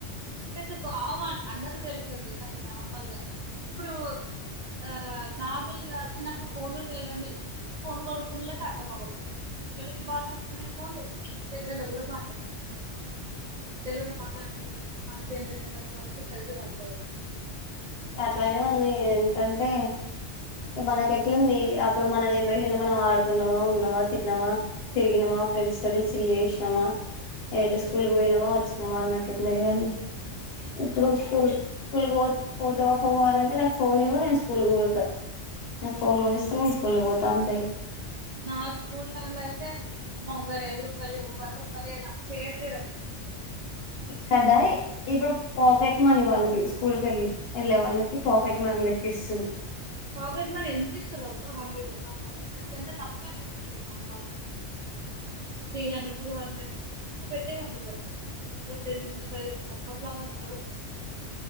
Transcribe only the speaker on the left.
అట్లానే ఉంది ఎందుకంటే మనక ఎట్లుంది అప్పుడు మన జనరేషన్ లో మనం ఆడుకున్నామా ఉన్నామా తిన్నామా తిగినమా ఫ్రెండ్స్ తో చిల్ చేసినమా ఎటు
స్కూల్కి పోయినామా వచ్చ మా అన్నట్లుండేది కాని ఇప్పుడు స్కూల్ స్కూల్ పో పోతావా పోవాలంటే నాకు ఫోన్ ఇవ్వు నేను స్కూల్ పోతాను
నాకు ఫోన్ కొనిస్తే నేన్ కోలిపోతంత
కదా ఇప్పుడు పాకెట్ మనీ వాళ్ళకి తీసుకో స్కూల్ కెళ్ళే వెళ్ళే వాళ్ళకి పాకెట్ మనీ లెకిస్తున్నారు